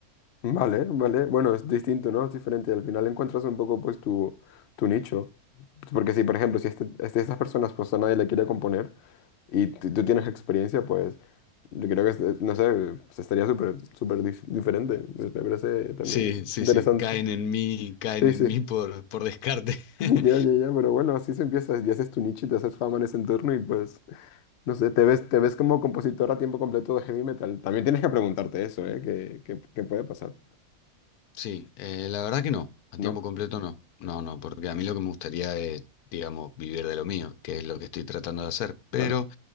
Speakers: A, on the left; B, on the left.
A: Vale, vale. Bueno, es distinto, ¿no? Es diferente. Al final encuentras un poco, pues, tu, tu nicho. Porque si, por ejemplo, si este, este- estas personas, pues a nadie le quiere componer y tú tú tienes experiencia, pues... Yo creo que, este- no sé, pues, estaría súper, súper dif- diferente. Me me parece también
B: Sí, sí,
A: interesante.
B: sí, caen en mí, caen
A: Sí,
B: en
A: sí.
B: mí por, por descarte.
A: <laughs>
B: <laughs>
A: Ya, ya, ya, pero bueno, así se empieza. Ya haces tu nicho y te haces fama en ese entorno y pues, no sé, te ves, te ves como compositor a tiempo completo de heavy metal. También tienes que preguntarte eso, ¿eh? ¿Qué, qué- qué puede pasar?
B: Sí, eh, la verdad que no, a
A: ¿No?
B: tiempo completo no. No, no, porque a mí lo que me gustaría es, digamos, vivir de lo mío, que es lo que estoy tratando de hacer. Pero
A: Claro,